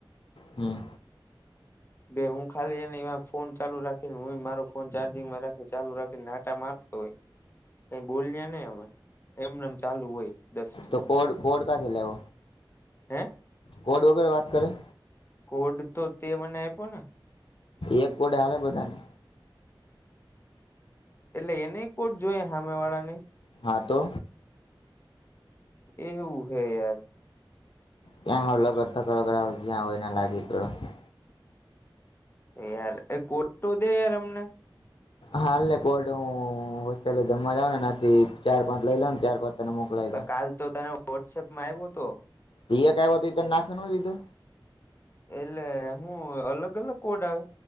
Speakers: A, on the left (about 75°); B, on the left (about 25°).
A: હમ
B: બે હું ખાલી એ ફોન ચાલુ રાખીને હું મારો ફોન ચાર્જિંગમાં રાખી એ ચાલુ રાખીને નાટા મારતો હોય ક બોલ્યા ને એમાં એમનેમ ચાલુ હોય દસ
A: તો
B: મિનિટ
A: કોડ
B: સુધી
A: કોડ કા થેલાવ
B: હે
A: કોડ વગેરે વાત કરે
B: કોડ તો તે મને આપ્યો ને
A: એક વડે હાલે બધાને
B: એટલે એને કોટ જોઈ સાામે વાળા ને
A: હા તો
B: એવું હૈ યાર
A: ત્યાં હ લગડ થકરગ જ્યાં હોય એને લાગી પડ
B: યાર એ કોટ તો દે યાર અમને
A: હાલને કોડ હું હોસ્ટેલ જમવા જઉં ને નાથી ચાર પાંચ લઈ લઉં ને ચાર પાંચ તને મોકલાઈ દઉ
B: કાલ તો તને વોટ્સએપમાં આવ્યો હતો
A: ત એક ક નાખે ન દીધો
B: એટલે હું અલગ અલગ કોડ આવે